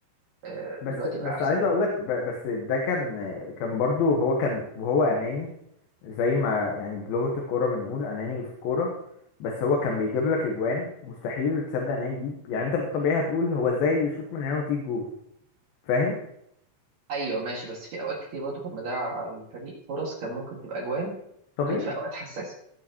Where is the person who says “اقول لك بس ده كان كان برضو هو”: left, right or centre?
Left